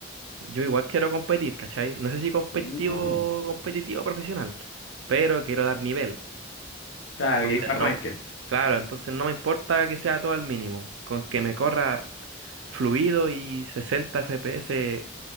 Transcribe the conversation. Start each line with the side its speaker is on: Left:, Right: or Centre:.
Right: yo igual quiero competir, ¿cachai? No sé si competitivo,
Left: Mm.
Right: competitivo profesional, pero quiero dar nivel.
Left: Claro,
Right: Entonces
Left: que dijo arranquen.
Right: no, claro, entonces no me importa que sea todo al mínimo, con que me corra fluido y 60 FPS